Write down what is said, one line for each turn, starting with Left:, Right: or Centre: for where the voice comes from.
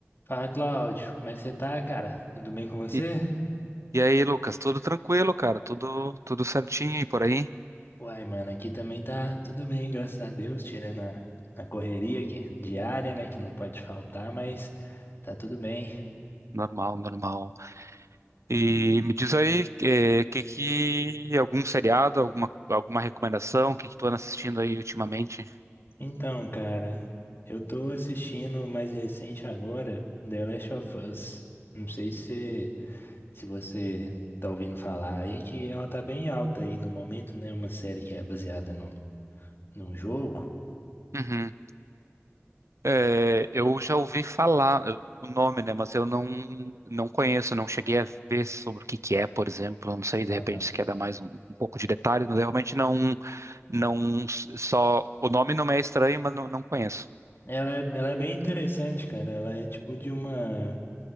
Left: Fala, Cláudio. Como é que você tá, cara? Tudo bem com você?
Right: E, e aí, Lucas, tudo tranquilo, cara? Tudo, tudo certinho e por aí?
Left: Uai, mano, aqui também tá tudo bem, graças a Deus, tirando a, a correria aqui, diária, né, que não pode faltar, mas tá tudo bem.
Right: Normal, normal. E me diz aí, é, que que algum seriado, alguma, alguma recomendação, o que que tu anda assistindo aí ultimamente?
Left: Então, cara, eu tô assistindo o mais recente agora, The Last of Us. Não sei se, se você tá ouvindo falar aí, que ela tá bem alta aí no momento, né, uma série que é baseada no, num jogo.
Right: Uhum. É, eu já ouvi falar eu- o nome, né? Mas eu não, não conheço, não cheguei a ver sobre o que que é, por exemplo. Eu não sei, de
Left: Aham.
Right: repente, se quer dar mais um, um pouco de detalhes, mas eu realmente não, não s- só o nome não me é estranho, mas não, não conheço.
Left: Ela, é- ela é bem interessante, cara. Ela é tipo de uma